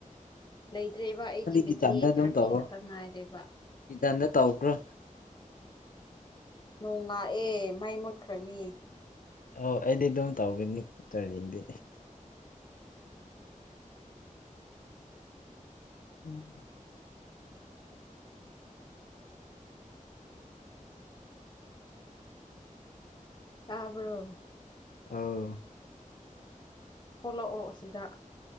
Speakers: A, on the left; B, on the left.
A: ꯂꯩꯇ꯭ꯔꯦꯕ ꯑꯩꯒꯤ ꯕꯦꯇ꯭ꯔꯤ
B: ꯀꯤꯠꯆꯟꯗ ꯑꯗꯨꯝ
A: ꯊꯥꯔꯇꯤ
B: ꯇꯧꯋꯣ
A: ꯈꯛꯇ ꯉꯥꯏꯔꯦꯕ
B: ꯀꯤꯠꯆꯟꯗ ꯇꯧꯈ꯭ꯔꯣ
A: ꯅꯣꯡ ꯂꯥꯛꯑꯦ ꯃꯩ ꯃꯨꯠꯈ꯭ꯔꯅꯤ
B: ꯑꯧ ꯑꯩꯗꯤ ꯑꯗꯨꯝ ꯇꯧꯒꯅꯤ ꯀꯔꯤꯡꯗꯤ ꯎꯝ
A: ꯇꯥꯕ꯭ꯔꯣ
B: ꯑꯥꯎ
A: ꯊꯣꯛꯂꯛꯑꯣ ꯑꯁꯤꯗꯥ